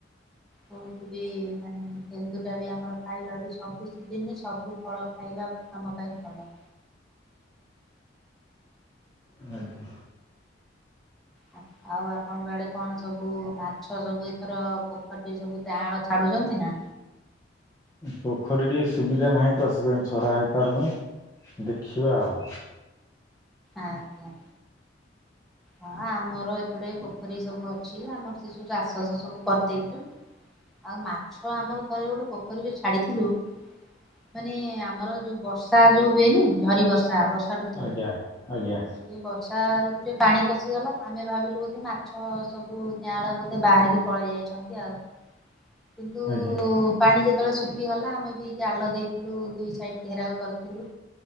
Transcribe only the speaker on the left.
ଆଜ୍ଞା।
ପୋଖଡି ଟିକେ ସୁବିଧା ନାହିଁ ତ, ସେ ପାଇଁ ଛଡ଼ା ହେଇପାରୁନେଇ, ଦେଖିବା ଆଉ।
ଆଜ୍ଞା ଆଜ୍ଞା
ଆଜ୍ଞା